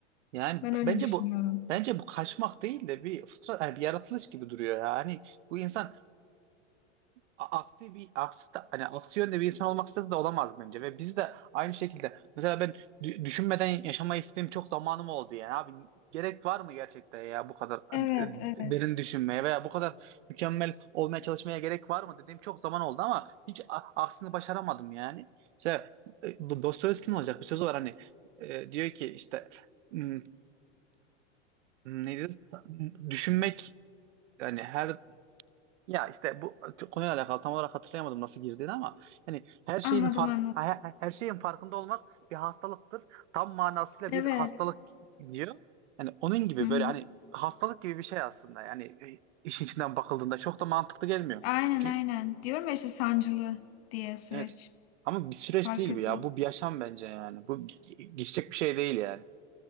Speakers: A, on the right; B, on the left.
A: Yani
B: Ben
A: b-
B: öyle
A: bence
B: düşünüyorum.
A: bu bence bu kaçmak değil de bir fıtrat yani bir yaratılış gibi duruyor ya. Hani bu insan a- aksi bir aksi ta- hani aksi yönde bir insan olmak istese de olamaz bence ve biz de aynı şekilde mesela ben dü- düşünmeden yaşamayı istediğim çok zamanım oldu yani abi gerek var mı gerçekten ya bu kadar e,
B: Evet, evet.
A: derin düşünmeye veya bu kadar mükemmel olmaya çalışmaya gerek var mı dediğim çok zaman oldu ama hiç a- aksini başaramadım yani. İşte e, bu Dostoyevski'nin olacak bir sözü var hani e, diyor ki işte "Hmm, Hmm, Neydi? Düşünmek yani her ya işte bu konuyla alakalı tam olarak hatırlayamadım nasıl girdiğini ama yani her şeyin
B: Anladım,
A: fark
B: anladım.
A: her, her şeyin farkında olmak bir hastalıktır. Tam manasıyla bir
B: Evet.
A: hastalık diyor. Yani onun gibi
B: Hı hı.
A: böyle hani hastalık gibi bir şey aslında. Yani e, işin içinden bakıldığında çok da mantıklı gelmiyor.
B: Aynen,
A: Çünkü
B: aynen. Diyorum ya işte sancılı diye süreç.
A: evet ama bir süreç
B: Fark
A: değil
B: etmek.
A: bu ya. Bu bir yaşam bence yani. Bu ge- geçecek bir şey değil yani.